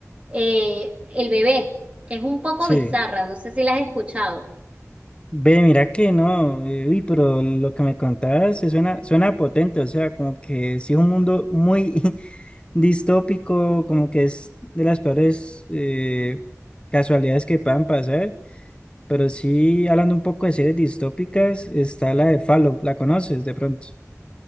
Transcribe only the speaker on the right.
eh, el bebé. Es un poco
bizarra, no sé si la has escuchado.